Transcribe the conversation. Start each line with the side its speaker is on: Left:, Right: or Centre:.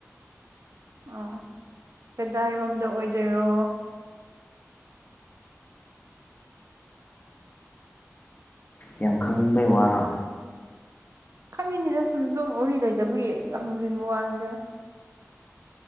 Right: ꯑꯥ ꯀꯗꯥꯏꯔꯣꯝꯗ ꯑꯣꯏꯗꯣꯏꯔꯣ
Left: ꯌꯥꯝ ꯈꯪꯅꯤꯡꯕꯩ ꯋꯥꯅ
Right: ꯈꯪꯅꯤꯡꯅꯤꯗ ꯁꯨꯝ ꯁꯣꯡ ꯎꯔꯤ ꯂꯩꯇꯕꯒꯤ ꯍꯪꯖꯤꯟꯕ ꯋꯥꯅꯤꯗ